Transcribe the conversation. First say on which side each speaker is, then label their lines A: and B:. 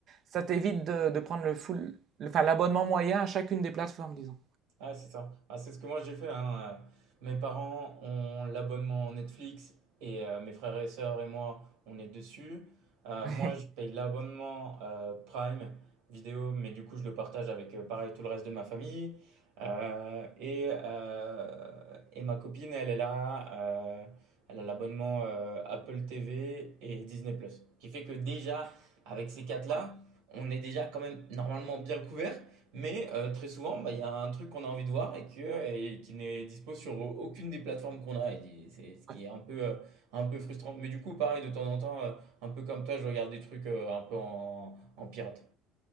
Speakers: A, on the right; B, on the right.
A: ça t'évite de, de prendre le full, le- enfin, l'abonnement moyen à chacune des plateformes, disons.
B: Ah, c'est ça. Ah, c'est ce que moi j'ai fait, hein. Euh, Mes parents ont l'abonnement Netflix et euh, mes frères et sœurs et moi, on est dessus. Euh,
A: <laughs>
B: moi, je paye l'abonnement euh, Prime vidéo, mais du coup, je le partage avec euh, pareil tout le reste de ma famille. Euh, et, euh, et ma copine, elle est là. euh, elle a l'abonnement euh, Apple TV et Disney+. Qui fait que déjà, avec ces quatre-là,
A: Ouais,
B: on est déjà quand même normalement bien couvert. Mais euh, très souvent, bah, il y a un truc qu'on a envie de voir et, que, euh, et qui n'est dispo sur euh, aucune des plateformes qu'on a. Et c'est ce qui
A: ouais.
B: est un peu, euh, un peu frustrant. Mais du coup, pareil, de temps en temps, euh, un peu comme toi, je regarde des trucs euh, un peu en, en pirate.